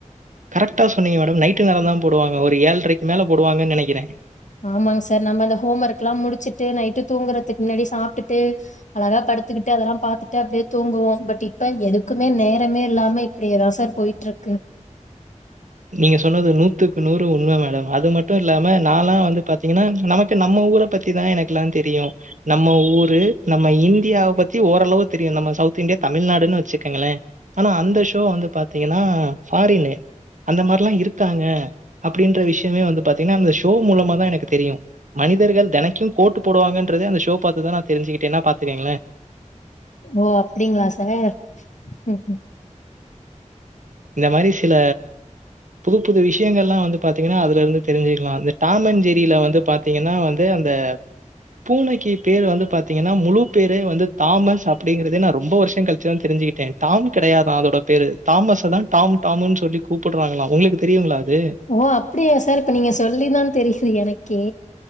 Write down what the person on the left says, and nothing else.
ஆமாங் சார் நம்ப அந்த ஹோம் ஒர்க்லா முடிச்சிட்டு நைட்டு தூங்கறதிக் முன்னாடி சாப்டுட்டு அழகா படுத்துக்கிட்டு அதெல்லா பாத்துட்டு அப்டியே தூங்குவோ பட் இப்ப எதுக்குமே நேரமே இல்லாம இப்பிடி ஏ தா சார் போய்ட்டு இருக்கு
ஓ அப்டிங்களா சகே ம்
ஓ அப்டியா சார் இப்ப நீங்க சொல்லி தா தெரியுது எனக்கே